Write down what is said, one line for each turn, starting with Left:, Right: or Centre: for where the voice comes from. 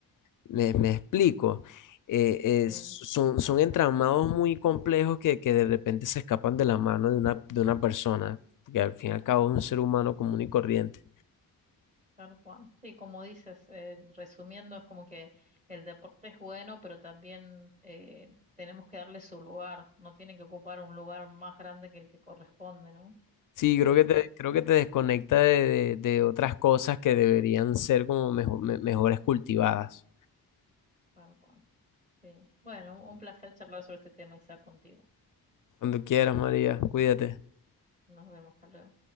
Left: me, me explico. Eh,
Right: Sí,
Left: eh, son, son entramados muy complejos que, que de repente se escapan de la mano de una, de una persona, que al fin y al cabo es un ser humano común y corriente.
Right: tal cual. Sí, como dices, eh, resumiendo, es como que el deporte es bueno, pero también eh, tenemos que darle su lugar. No tiene que ocupar un lugar más grande que el que corresponde, ¿no?
Left: Sí, creo
Right: Eh,
Left: que te, creo que te desconecta de, de- de otras cosas que deberían ser como mejo- me- mejores cultivadas.
Right: tal cual. Sí. Bueno, un un placer charlar sobre este tema, Isaac, contigo.
Left: Cuando quieras, María, cuídate.
Right: Nos vemos, hasta luego.